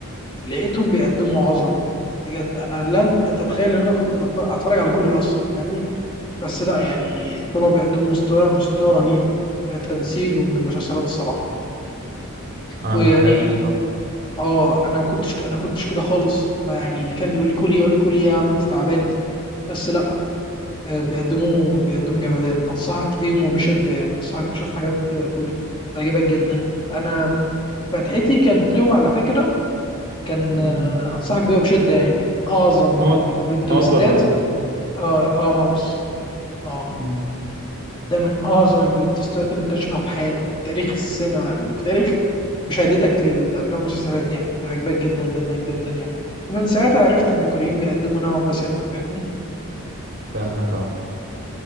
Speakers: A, on the left; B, on the right.
A: لقيتهم بيقدموا عظمه بجد انا لن اتخيل ان انا كنت بتفرج... اتفرج على كوري اصلا فاهمني بس لا يعني طلعوا بيقدموا مستوى مستوى رهيب من التمثيل ومن المسلسلات الصراحه
B: انا
A: ويعني
B: ما بحبهاش بصراحه
A: اه انا ما كنتش انا كنتش كده خالص انا يعني اللي كان يقول لي كوري يقول لي كوري إيه يا عم انت تعبان بس لا آه، بيقدموا بيقدموا جمدان انصحك بيهم وبشده يعني انصحك تشوف حاجات آه، كوري تعجبك جدا انا فتحتي كانت ليهم على فكره كان
B: امم
A: آه، انصحك بيها بشده يعني اعظم
B: ماوس
A: البلوت تويستات
B: ماوس ولا ايه
A: اه اه ماوس اه
B: امم
A: ده من اعظم البلوتستات اللي انت تشوفها في حياتك في تاريخ السينما في تاريخ مشاهدتك للافلام والمسلسلات يعني عجبك جدا جدا جدا يعني ومن ساعتها عرفت ان الكوريين بيقدموا نوعا ما سينما فاهمني
B: فاهمك اه